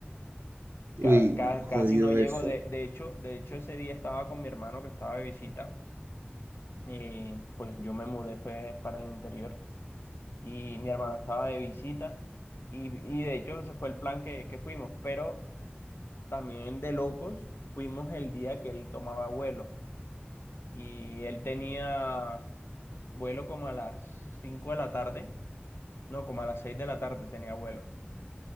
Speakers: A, on the right; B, on the left.
A: Uy,
B: ca- ca-
A: no, jodido
B: casi no llego.
A: eso.
B: De, de hecho, de hecho, ese día estaba con mi hermano que estaba de visita. Y pues yo me mudé, fue para el interior. Y mi hermano estaba de visita. Y, y de hecho, ese fue el plan que, que fuimos. Pero también de locos, fuimos el día que él tomaba vuelo y él tenía vuelo como a las 5 de la tarde, no, como a las 6 de la tarde tenía vuelo.